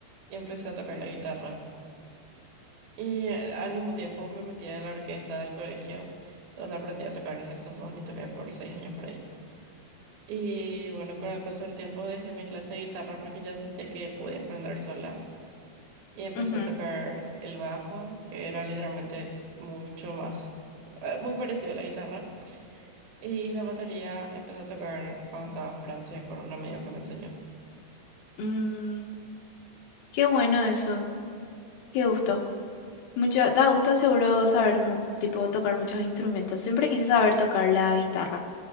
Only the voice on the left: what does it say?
ujú.
Mm, qué bueno eso, qué gusto. Mucho, da gusto seguro saber, mu- tipo, tocar muchos instrumentos. Siempre quise saber tocar la guitarra,